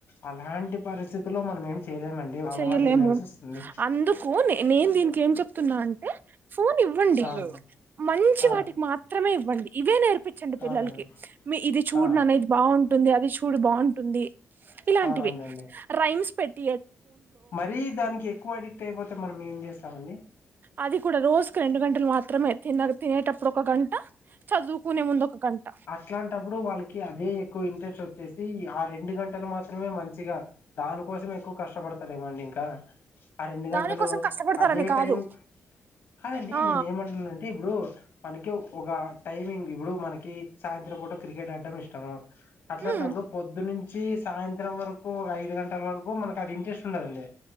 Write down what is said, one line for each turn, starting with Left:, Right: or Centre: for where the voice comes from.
Left: అలాంటి పరిస్థితులో మనం ఏం చేయలేమండి వాళ్ళ
Right: చెయలేము
Left: మాట వినాల్సి వస్తుంది
Right: అందుకు న నేను దీనికి ఏం చెప్తున్నా అంటే ఫోన్ ఇవ్వండి
Left: అవును
Right: మంచి
Left: ఆ
Right: వాటికి మాత్రమే ఇవ్వండి ఇవే నేర్పు చండి పిల్లలకి
Left: అవునండి
Right: మీ ఇది చూడు
Left: ఆ
Right: నాన్న ఇది బాగుంటుంది అది చు చూడు బాగుంటుంది ఇలాంటివి
Left: అవునవునండి
Right: రైమ్స్ పెట్
Left: మరీ దానికి ఎక్కువ అడిక్ట్ అయిపోతే మనం ఏం చే స్తామండి
Right: అది కూడా రోజుకి రెండు గంటలు మాత్రమే తిన్నగా తినేటప్పుడు ఒక గంట చదువుకునే ముందు ఒక గంట
Left: అట్లాంటప్పుడు వాళ్ళకి అదే ఎక్కువ ఇంట్రెస్ట్ వ వచ్చేసి ఆ రెండు గంటలు మాత్రమే మంచి మంచిగా దానికోసం ఎక్కువ కష్టపడతారే మో అండి ఇంకా ఆ రెండు గంటలు
Right: దానికోసం కష్టపడతారని
Left: అదే
Right: కాదు
Left: టైం కాదండి
Right: ఆ
Left: నేనే ఏమంటున్నాంటే ఇప్పుడు మనకి ఒక టైమింగ్ ఇప్పుడు మనకి సాయంత్రం పూట క్రికెట్ ఆడడం ఇష్టము. అట్లాంటప్పుడు
Right: ఉమ్
Left: పొద్దు నుంచి సాయంత్రం వరకు ఒక ఐదు గంటల వరకు మనకు అది ఇంట్రెస్ట్ ఉండదండి.